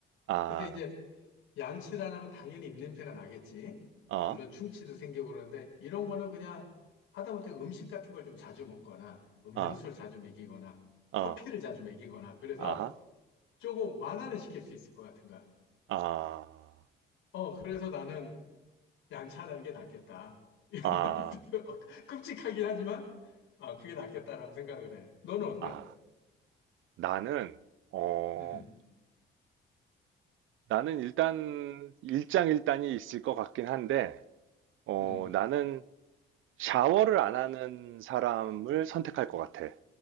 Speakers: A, on the right; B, on the left.
A: 아,
B: 근데 이제 양치를 안 하면 당연히 입냄새가 나겠지.
A: 어,
B: 물론 충치도 생기고 그러는데 이런 거는 그냥 하다못해 음식 같은 걸 좀 자주 먹거나 음료수를
A: 어,
B: 자주 먹이거나 커피를
A: 어,
B: 자주 먹이거나 그래서
A: 아하,
B: 조금 완화는 시킬 수 있을 것 같은 거야.
A: 아,
B: 어, 그래서 나는 양치하는 게 낫겠다. <laughs>
A: 아,
B: 어, 끔찍하긴 하지만 아, 그게 낫겠다라고 생각을 해. 너는 어때?
A: 아. 나는, 어,
B: 음,
A: 나는 일단 일장일단이 있을 것 같긴 한데, 어,
B: 음.
A: 나는 샤워를 안 하는 사람을 선택할 것 같아.